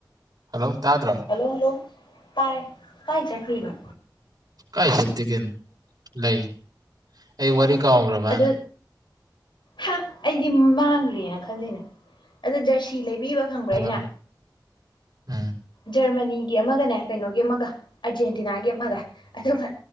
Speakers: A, on the right; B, on the left.
A: ꯍꯜꯂꯣ ꯇꯥꯗ꯭ꯔꯣ
B: ꯍꯜꯂꯣ ꯍꯜꯂꯣ ꯇꯥꯏ ꯀꯥꯏ ꯆꯠꯈꯔꯤꯅꯣ
A: ꯀꯥꯏ ꯆꯠꯇꯦꯀꯩꯅꯣ ꯂꯩ ꯑꯩ ꯋꯥꯔꯤ ꯀꯥꯎꯈ꯭ꯔꯕꯅ
B: ꯑꯗꯨ ꯍꯥ ꯑꯩꯗꯤ ꯃꯥꯡꯈ꯭ꯔꯦꯅ ꯈꯜꯂꯤꯅꯦ ꯑꯗ ꯖꯔꯁꯤ ꯂꯩꯕꯤꯕ ꯈꯪꯕ꯭ꯔꯥ
A: <unintelligible>
B: ꯑꯩꯅ
A: ꯎꯝ
B: ꯖꯔꯃꯅꯤꯒꯤ ꯑꯃꯒꯅꯦ ꯀꯩꯅꯣꯒꯤ ꯑꯃꯒ ꯑꯔꯖꯦꯟꯇꯤꯅꯥꯒꯤ ꯑꯃꯒ ꯑꯗꯨꯒ